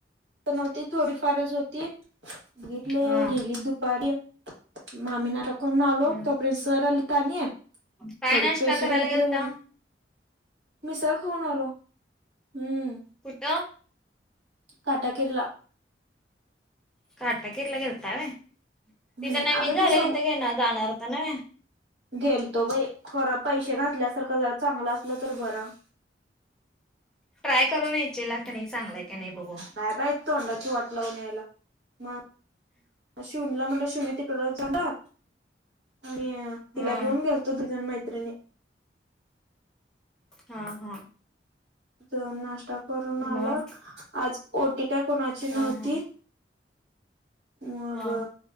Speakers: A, on the right; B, in the centre.
A: नव्हती थोडी फारच होती बघितले
B: हा
A: गेली दुपारी मामी नाक नालो
B: हम्म
A: त प्रिनसर अ लिता निय
B: काय
A: थोडे
B: नाश्ता
A: पैसे
B: करायला
A: घेतले
B: गेलता?
A: मिसळ खाऊन आलो हम्म
B: कुठ
A: काटा केेरला
B: काटाकिरला गेलतव
A: हम्म
B: तथ नवीण
A: अगं
B: झाले
A: ते सम
B: त त्यागे ना जाणारता नव
A: गेलतो बाई खर पैसे घातल्यासारखं जरा चांगलं असलं तर बरं
B: ट्राय करून यायची लाट नाही चांगलाय काी नाही बघून
A: हा बाई तोंडाची वाट लावून यायला मग शिवानी ला म्हणल श ड जा आणि
B: हा
A: तिला घेऊन गेल तो दुजण मैत्रिणी
B: हा हा
A: त नाश्ता करून आलं
B: मग
A: आज ओटी काय कोणाची
B: हा
A: नव्हती
B: हा
A: मग
B: हा